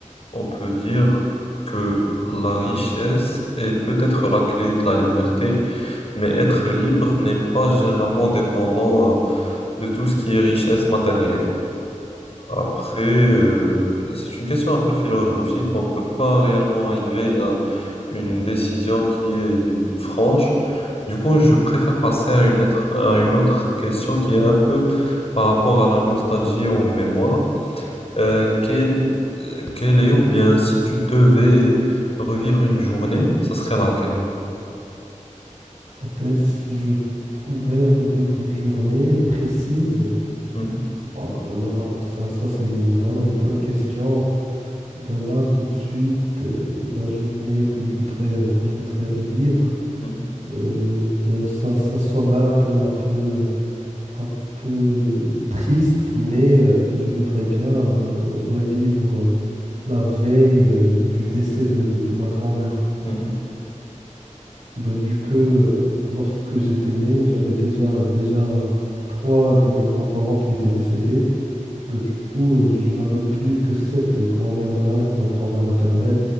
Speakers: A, on the left; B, on the right.
A: on peut dire que la richesse est peut-être la clé de la liberté, mais être libre n'est pas généralement dépendant, euh, de tout ce qui est richesse matérielle. Après, euh, c'est une question un peu philosophique. On ne peut pas réellement arriver à une décision qui est franche. Du coup, je préfère passer à une autre, à une autre question qui est un peu par rapport à la nostalgie et aux mémoires. Euh, quelle, euh, quelle est, ou bien si tu devais revivre une journée, ça serait laquelle?
B: Ah ben, si je pouvais revivre une journée précise,
A: Mhm,
B: oh là là, ça, ça c'est une- vraiment une bonne question. Ah Ben là, tout de suite, euh, la journée que je voudrais, euh, que je voudrais revivre,
A: mhm,
B: euh, ben, ça, ça sonnerait un peu, un peu, un peu triste, mais euh, je voudrais bien euh, revivre euh, la veille euh, du décès de, de de ma grand-mère.
A: mhm,
B: Bah, vu que euh, lorsque j'étais né, j'avais déjà, déjà trois de mes grands-parents qui étaient décédés. Bah, du coup, euh, je n'avais plus que cette grand-mère-là, ma grand-mère maternelle.